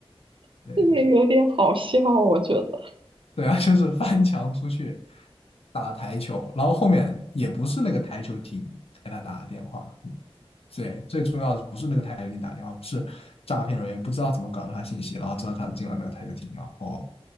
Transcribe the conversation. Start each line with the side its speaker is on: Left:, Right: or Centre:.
Right: <laughs>
Left: 对对对。
Right: 也有点好笑，我觉得。
Left: 对啊，<laughs> 就是翻墙出去打台球，然后后面也不是那个台球厅给他打的电话，对，最重要的不是那个台球厅打电话，不是诈骗人员不知道怎么搞到他信息，然后知道他进了那个台球厅，然后